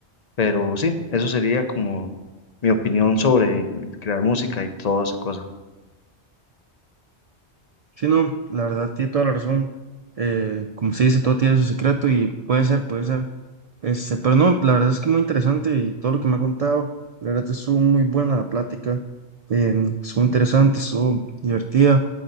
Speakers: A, on the left; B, on the right.
A: Pero sí, eso sería como mi opinión sobre crear música y toda esa cosa.
B: Sí, no, la verdad tiene toda la razón. Eh, como se dice, todo tiene su secreto y puede ser, puede ser. Este, pero no, la verdad es que muy interesante y todo lo que me ha contado, la verdad estuvo muy buena la plática, em, estuvo interesante, estuvo divertida